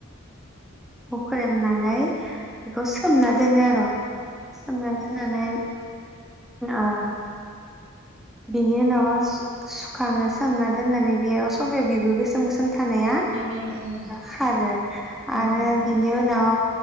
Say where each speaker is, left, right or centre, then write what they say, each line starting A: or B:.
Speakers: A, in the centre; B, on the right.
A: हुख्रेम नानै नै बेखौ सोमनानै दोनो आर' सोमना दोननानै अ बिनि उनाव सु-सुखाङो सोमना दोननानै बेयाव सब बिगुर गोसोम गोसोम थानाया
B: उम उम
A: खारो आरो
B: उम
A: बेनि उन दाव